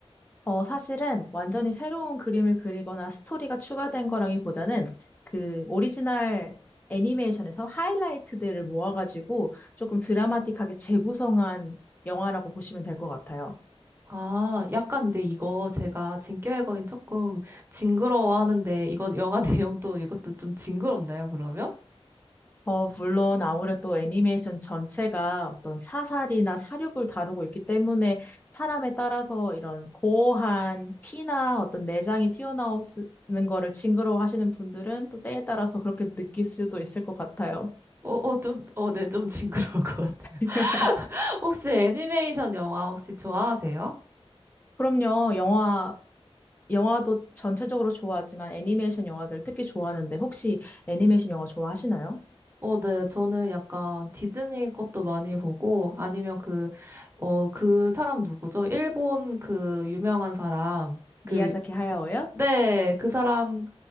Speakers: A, on the left; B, on the right.
A: 어, 사실은 완전히 새로운 그림을 그리거나 스토리가 추가된 거라기보다는 그 오리지널 애니메이션에서 하이라이트들을 모아가지고 조금 드라마틱하게 재구성한 영화라고 보시면 될 것 같아요.
B: 아, 약간 근데 이거 제가 진격의 거인 조금 징그러워하는데 이거 영화 <laughs> 내용도 이것도 좀 징그럽나요, 그러면?
A: 어, 물론 아무래도 애니메이션 전체가 어떤 사살이나 살육을 다루고 있기 때문에 사람에 따라서 이런 고어한 피나 어떤 내장이 튀어나오는 거를 징그러워하시는 분들은 또 때에 따라서 그렇게 느낄 수도 있을 것 같아요.
B: 어, 어, 좀, 어, 네, 좀 <laughs> 징그러울 것 같아요.
A: <laughs>
B: <laughs> 혹시 애니메이션 영화 혹시 좋아하세요?
A: 그럼요, 영화, 영화도 전체적으로 좋아하지만 애니메이션 영화들 특히 좋아하는데 혹시 애니메이션 영화 좋아하시나요?
B: 어, 네. 저는 약간 디즈니 것도 많이 보고, 아니면 그, 어, 그 사람 누구죠? 일본 그 유명한 사람. 그,
A: 미야자키 하야오요?
B: 네. 그 사람,